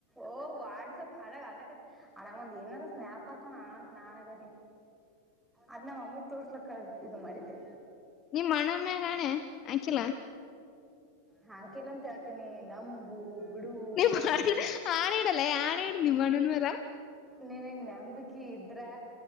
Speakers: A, in the centre; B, on the left (about 30°).
A: ಓ ವಾಟ್ಸಪ್ ಅಣಗ ಅನ್ನಕ ಅಣ ಒಂದ್ ಏನಾರ ಸ್ನ್ಯಾಪ್ ಹಾಕಣ ಅಂತ ನಾನ್ಗ ಅದ್ ನಾವ್ ಅಮ್ಮಿಗ್ ತೋರ್ಸ್ಲಕ್ಕ ಇ ಮಾಡಿದ್ದೆ.
B: ನೀ ಮಣ್ಣನ್ ಮ್ಯಾಣೆ ಆಾಕಿಲ್ಲ.
A: ಹಾ ಕೆಲ್ಲ ಹೇಳ್ತೀನಿ ನಂಬು. ಬಿಡು
B: ನೀ
A: ನಿನಗ್ ಬಿಟ್ಟಿತ್ತು
B: ಆ ಇಡಲ್ಲ ಆಣ ಇ ನೀವ್ ಮಣ್ಣನ್ ಮಾರ.
A: ನಿನಗೆ ನಂಬಿಕೆ ಇದ್ರೆ.